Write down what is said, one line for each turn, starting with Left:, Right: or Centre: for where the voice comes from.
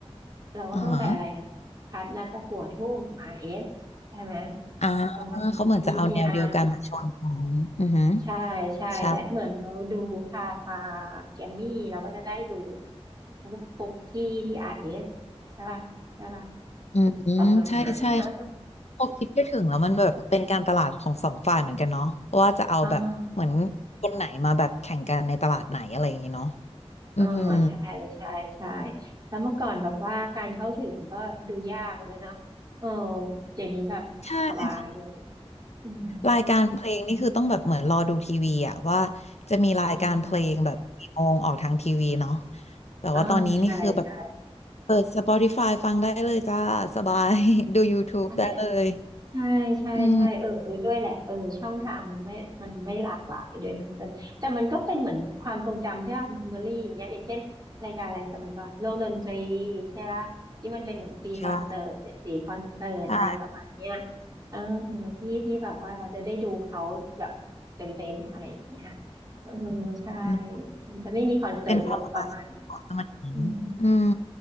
Right: เราก็ต้องไปอะไรนะคัดนัดตะกวดหุ่งของ
Left: อ่าฮะ
Right: RS ใช่ไหม
Left: อ่า
Right: ประมาณนี้
Left: เขาเหมือนจะเอาแนวเดียวกันมาชนกันอือหือ
Right: อ่าใช่ใช่ใช่เหมือนเราดูทาทา
Left: ใช่
Right: แกมมี่เราก็จะได้ดูปุ๊กปุ๊กกี้ที่ RS ใช่ป่ะใช่ป่ะ
Left: อืมอืมใช่ใช่
Right: ประมาณนั้นอ่า
Left: พอคิดไปถึงแล้วมันแบบเป็นการตลาดของสองฝ่ายเหมือนกันเนาะว่าจะเอาแบบเหมือนคนไหนมาแบบแข่งกันในตลาดไหนอะไรอย่างเงี้ยเนาะ
Right: อ่า
Left: อืม
Right: อ่าใช่ใช่ใช่แล้วเมื่อก่อนแบบว่าการเข้าถึงก็ดูยากนะเนาะเออเดี๋ยวนี้แบบสบายเลย
Left: ใช่
Right: อืม
Left: รายการเพลงนี่คือต้องแบบเหมือนรอดูทีวีอะว่าจะมีรายการเพลงแบบกี่โมงออกทางทีวีเนาะ
Right: อืม
Left: แต่ว่าตอนนี้นี่คือแบบ
Right: อ่าใช่ใช่
Left: เปิด Spotify ฟังได้เลยจ้าสบาย
Right: อืม
Left: <laughs> ดู YouTube
Right: ใช่
Left: ได้เลย
Right: ใช่ใช่ใช่เออเออด้วยแหละเออช่องทางมันไม่มันไม่หลากหลายด้วยทั้งส่้นแต่มันก็เป็นเหมือนความทรงจำที่เราเมมโมรี่อย่างเงี้ยอย่างเช่นรายการอะไรสมัยก่อนโลกดนตรี
Left: อืม
Right: ใช่ป่ะที่มันเป็นเหมือนปีคอนเสิร์ตเจ็ดสีคอนเสิร์ตอะไรประมาณเนี้ย
Left: ใช่ใช่
Right: เออที่ที่แบบว่าเราจะได้ดูเขาแบบเต็มเต็มอะไรอย่างเงี้ยเออใช่
Left: มัน
Right: มันจะไม่มีคอนเสิร์ตเยอะประมาณเนี้ย
Left: เป็นความคลาสสิกของสมัยนี้อืม
Right: อืม